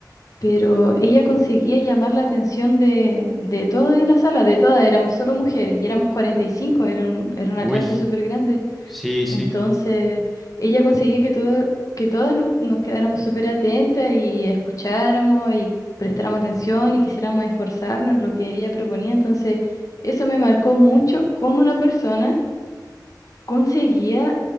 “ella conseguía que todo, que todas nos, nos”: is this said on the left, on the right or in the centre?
Left